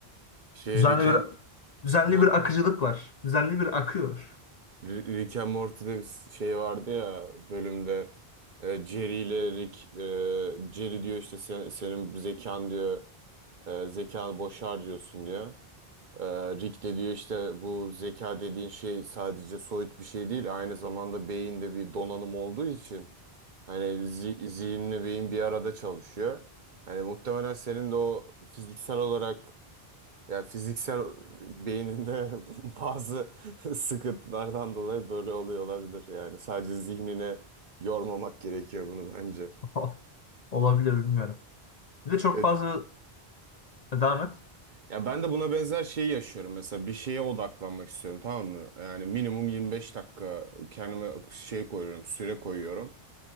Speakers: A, on the right (about 50°); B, on the left (about 50°).
A: Şey
B: Düzenli
A: Rick and,
B: bir düzenli
A: ha,
B: bir akıcılık var. Düzenli bir akıyor.
A: Rick and Morty'de bir şey vardı ya bölümde e, Jerry ile Rick e, Jerry diyor işte sen- senin zekan diyor e, zekanı boş harcıyorsun diyor. E, Rick de diyor işte bu zeka dediğin şey sadece soyut bir şey değil aynı zamanda beyinde bir donanım olduğu için Hani zi zihinle beyin bir arada çalışıyor. Hani muhtemelen senin de o fiziksel olarak yani fiziksel beyninde <laughs> bazı <laughs> sıkıntılardan dolayı böyle oluyor olabilir. Yani sadece zihnine yormamak gerekiyor bunu bence.
B: <laughs> Olabilir bilmiyorum. Bir de çok
A: Ya,
B: fazla devam et.
A: ya ben de buna benzer şeyi yaşıyorum. Mesela bir şeye odaklanmak istiyorum tamam mı? Yani minimum 25 dakika kendime şey koyuyorum, süre koyuyorum.